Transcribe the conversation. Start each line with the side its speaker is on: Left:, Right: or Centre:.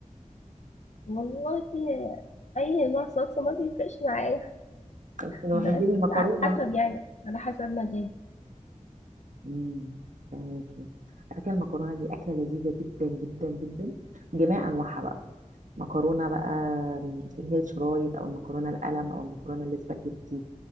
Left: والله أي نوع صلصة ما بيفرقش معايا
Right: من
Left: بس
Right: محبين المكرونه
Left: على حسب يعني على حسب مزاجي
Right: امم فهميكي على فكره المكرونه دي اكله لذيذه جدا جدا جدا جميع انواعها بقى مكرونه بقى أم، اللي هي الشرايط او المكرونه القلم او المكرونه الاسباجيتي